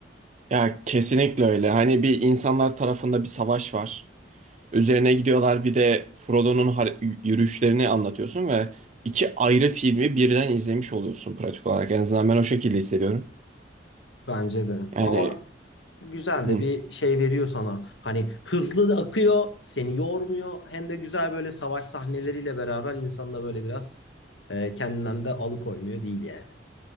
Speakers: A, on the right; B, on the left.
A: Ya kesinlikle öyle hani bir insanlar tarafında bir savaş var. Üzerine gidiyorlar bir de Frodo'nun har- yürüyüşlerini anlatıyorsun ve iki ayrı filmi birden izlemiş oluyorsun pratik olarak. En azından ben o şekilde hissediyorum.
B: Bence de.
A: Yani
B: Ama güzel
A: hı.
B: de bir şey veriyor sana. Hani hızlı da akıyor, seni yormuyor. Hem de güzel böyle savaş sahneleriyle beraber insanı da böyle biraz e, kendinden de alıkoymuyor değil yani.